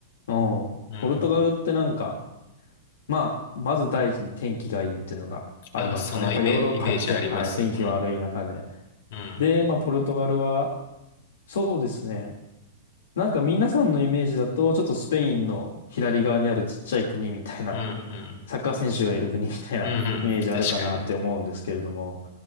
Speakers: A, on the left; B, on the left.
A: うん。
B: うん。
A: ポルトガルってなんか、まあ、まず第一に天気がいいっていうのがありますかね。
B: あ、そのイメージ、
A: やっぱりヨーロッパって、
B: イメージあります。
A: はい、天気悪い中で。
B: うん。うん。
A: で、まあ、ポルトガルは、そうですね。なんか皆さんのイメージだと、ちょっとスペインの左側にあるちっちゃい国みたいな、
B: うんうん。
A: <laughs> サッカー選手がいる国みたいな
B: うんうん。
A: <laughs> イメージあるかなって思うんですけれども、
B: 確かに。